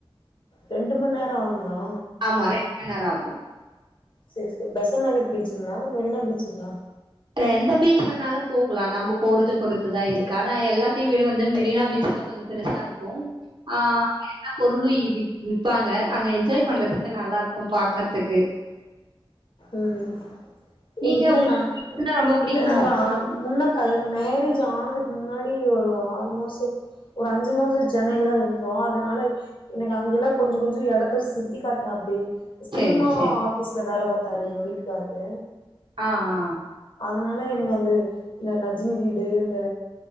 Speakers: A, on the left; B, on the right.
A: ரெண்டு மண் நேரோ ஆகுங்களா
B: ஆமா ரெண்டு மண் நேரோ ஆகும்
A: செரி சர் பெசன்ட் நகர் பீச்சுஙங்களா மெரினா பீச்சுங்களா
B: எந்த பீச் வேனாலு போகலா நம்ம போறது பொறுத்துதா இருக்கு ஆனா எல்லாத்தையு வீட வந்து மெரினா பீச் கொஞ்சோ பெருசா இருக்கும் ஆ என்ன பொருளும் விக் விப்பாங்க அங்க என்ஜாய் பண்றதுக்கு நல்லா இருக்கும் பாக்கறதுக்கு
A: ம்
B: நீங்க
A: இல்ல
B: உங்களுக்கு
A: நா
B: பீச்னா ரொம்ப பிடிக்குமோ?
A: இல்ல நாங்க முன்ன கல் மேரேஜ் ஆனதுக்கு முன்னாடி ஒரு ஆறு மாசோ ஒரு அஞ்சு மாசொ சென்னையிலதா இருந்தோ அதனால எனக்கு அங்கெல்லா கொஞ்சோ கொஞ்ச எடத்த சுத் த்தி காட்னா அப்டி சினிமா
B: சரி, சரி.
A: ஆபீஸ்ல வேலை பாத்தாரு எங்க வீட்டுக்காரு
B: ஆ, ஆ.
A: அதனால எனக்கு வந்து இந்த ரஜினி வீடு இந்த